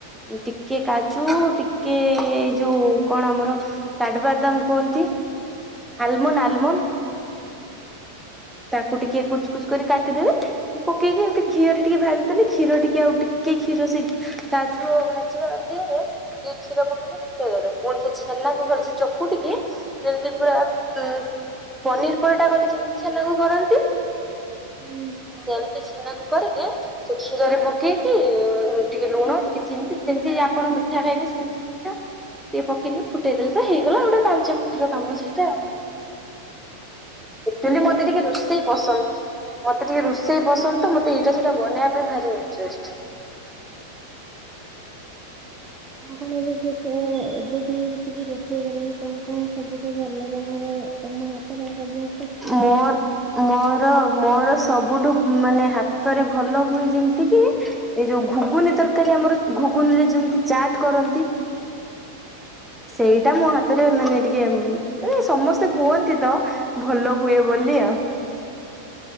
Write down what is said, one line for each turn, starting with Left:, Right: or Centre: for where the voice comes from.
Centre: ଟିକେ କାଜୁ ଟିକେ ଏଇ ଯୋଉ କଣ ଆମର କାଡବାଦାମ କୁହନ୍ତି ଆଲମନ୍ ଆଲମନ୍।
Right: ହୁଁ।
Centre: କୁ ଟିକେ କୁଚ୍ କୁଚ୍ କରି କାଟିଦେବେ। ପକେଇକି ଏମତି ଘିଅରେ ଟିକେ ଭାଜି ଦେଲେ କ୍ଷୀର ଟିକେ ଆଉ ଟିକେ କ୍ଷୀର ସେ କାଜୁ ଆଉ ଭାଜିବା ଦିହରେ କିଏ କ୍ଷୀର ପକେଇ କି ଫୁଟେଇଦେବେ। ପୁଣି ସେ ଛେନାକୁ ଭଲ୍ ସେ ଚକୁଟିକି ଯେମତି ପୁରା ଉଁ ପନିର ପରଟା କଲେ ଯେମତି ଛେନାକୁ କରନ୍
Right: ହୁଁ।
Centre: ସେମତି ଛେନାକୁ କରିକି ଛି କ୍ଷୀରରେ ପକେଇକି ଉଁ ଟିକେ ଲୁଣ ଟିକେ ଚିନି ଯେମିତି ଆପଣ ମିଠା ଖାଇବେ ସିମ୍ ଟା ଟିକେ ପକେଇକି ଫୁଟେଇଦେଲେ ତ ହେଇଗଲା ଗୋଟେ ପାଞ୍ଚ ମିନିଟର କାମ ସେଇଟା। ଏକଚୁଲି ମତେ ଟିକେ
Right: ହୁଁ।
Centre: ରୋଷେଇ ପସନ୍ଦ। ମତେ ଟିକେ ରୁଷେଇ ପସନ୍ଦ ତ ମତେ ଏଇଟା ସେଇଟା ବନେଇବା ପାଇଁ ଭାରି ଇଣ୍ଟ୍ରେଷ୍ଟ।
Right: କଁ କଁ ହେଇଯାଇ ସେ ଏବେ ଯାଇଁ ଯେତିକି ରୋଷେଇ କଲଣି କଣ କଣ ସବୁଠୁ ଭଲ ତମର ତମ ହାତର ସବୁ?
Centre: ମ ମର ମର ସବୁଠୁ ମାନେ ହାତରେ ଭଲ ହୁଏ ଯେମତି କି ଏଇ ଯୋଉ ଘୁଗୁନି ତରକାରୀ ଆମର ଘୁଗୁନି ରେ ଯେମତି ଚାଟ୍ କରନ୍ତି ସେଇଟା ମୋ ହାତରେ ମାନେ ଟିକେ ମାନେ ସମସ୍ତେ କୁହନ୍ତି ତ। ଭଲ ହୁଏ ବୋଲି ଆଉ।